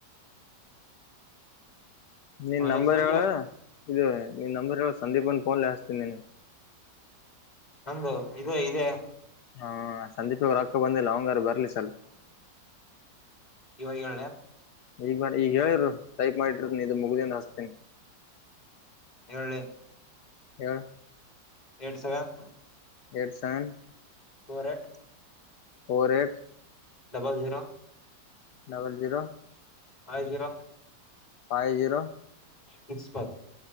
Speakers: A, on the left (about 70°); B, on the left (about 25°).
A: ನಿನ್
B: ಕಾಲೇಜ್
A: ನಂಬರ್
B: ಹೋಗಿ
A: ಹೇಳ ಇದು ನಿನ್ ನಂಬರ್ ಹೇಳ ಸಂದೀಪನ್ ಫೋನ್ ಹಸ್ತೀನಿ ನೀನ್
B: ನಂದುು ಇೇ ಇದೆ
A: ಹಾ ಸಂದೀಪ ಅವರು ಅಕ್ಕ ಬಂದಿಲ್ಲ ಅವಂಗಾರ ಬರ್ಲಿ ಸ್ವಲ್ಪ
B: ಇವರಿಗೆ ಹೇಳಳ್ಳ
A: ಈಗ ಬಾರಿ ಈಗ ಹೇಳರು ಟೈಪ್ ಮಾಡಿರ ನೀದು ಮುಗ್ದಿಂದ ಹಾಸ್ತೀನಿ
B: ಹೇಳಳ್ಳೆ
A: ಹೇಳವ
B: ಏಟ್ ಸೆವೆನ್
A: ಎಡ್ಸನ್
B: ಕೋರಟ್
A: ೋರ ಟ್
B: double zero
A: double zero
B: ಆಯ್ತೀರಾ <unintelligible>
A: five zero
B: six five